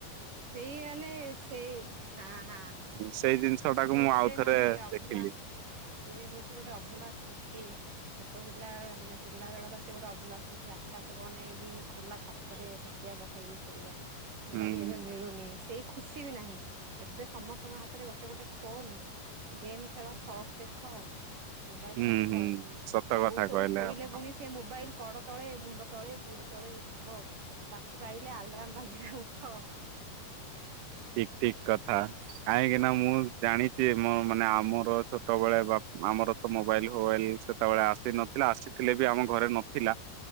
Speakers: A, on the right; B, on the right.
A: ସେଇ ମାନେ ସେଇ ହାଁ-ହାଁ-ହାଁ
B: ସେଇ ଜିନିଷ ଟାକୁ
A: ସେ
B: ମୁଁ
A: ଗୋଟେ
B: ଆଉଥରେ
A: ମାନେ ଅ ଅଭୁଲା
B: ଦେଖିଲି।
A: ସେ ହଉଚି ଗୋଟେ ଅଭୁଲା ସ୍ମୃତି। ଛୋଟ ପିଲା ମାନେ ପିଲା ବେଳର ସେଏ ଗୋଟେ ଅଭୁଲା ସ୍ମୃତି ଆକାଶକୁ ଅନେଇକି ଖୋଲା ଛାତରେ ଖଟିଆ ପ କେଇକି ଶୋଇବା, ଯୋଉଟା
B: ହୁଁ।
A: କି ଏ ମିଳୁନି ସେଇ ଖୁସି ବି ନାହିଁ ଏବେ ସମସ୍ତଙ୍କ ହାତରେ ଗୋଟେ ଗୋଟେ ଫୋନ୍ ଗେମ୍ ଖେଳ ସର୍ଟସ୍ ଦେଖ ମୋବାଇଲ୍
B: ହୁଁ
A: ଘାଣ୍ଟ
B: ହୁଁ ସତ
A: ଶୋଉ
B: କଥା
A: ଶୋଉ
B: କହିଲେ
A: ଶୋଇଲେ
B: ଆପଣ
A: ପୁଣି ଏ ମୋବାଇଲ କଡ ତଳେ, ମୁଣ୍ଡ ତଳେ, ଗୋଡ ତଳେ, ଥିବ ରାତି ପାଇଲେ ଆଲ୍ ରାମ୍ ବାଜିଲେ ଉଠ।
B: ଠିକ ଠିକ କଥା। କାହିଁକିନା ମୁଁ ଜାଣିଚି ମୋ ମାନେ ଆମର ଛୋଟବେଳେ ବା ଆମର ମୋବାଇଲ ଫୋବାଇଲ ସେତେବେଳେ ଆସି ନଥିଲା ଆସିଥିଲେ ବି ଆମ ଘରେ ନଥିଲା।